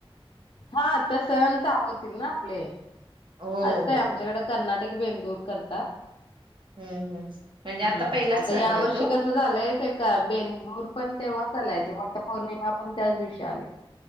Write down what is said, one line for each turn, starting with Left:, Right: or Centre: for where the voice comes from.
Left: हा तर सण चालू होतील ना आपले
Right: हो
Left: असतय.
Right: हो
Left: आमच्याकडे कर्ना टक बेंदूर करतात.
Right: हम्म. हम्. म्हणजे आता
Left: हा
Right: पहिलाच
Left: मग आता
Right: सण
Left: या
Right: ना
Left: वर्षी
Right: तो?
Left: कसं झालंय ते का बेंदूर पण तेव्हाच आलाय, वटपौर्णिमा पण त्याच दिवशी आले